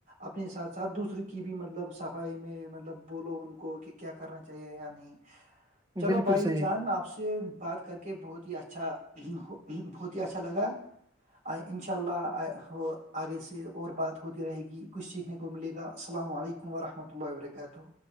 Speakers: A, on the right (about 40°); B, on the right (about 20°).
A: اپنے ساتھ ساتھ دوسرے کی بھی مطلب صفائی میں مطلب بولو ان کو کہ کیا کرنا چاہیے یا نہیں
B: ہے
A: چلو
B: بالکل
A: بھائی
B: صحیح
A: جان آپ س سے بات کر کے بہت ہی اچھا بہت ہی اچھا لگا آ ان شاء اللہ آگے سے اور بات ہوتی رہے گی کچھ سیکھنے کو ملے گا السلام علیکم ورحمۃہ اللہ و برکاتہ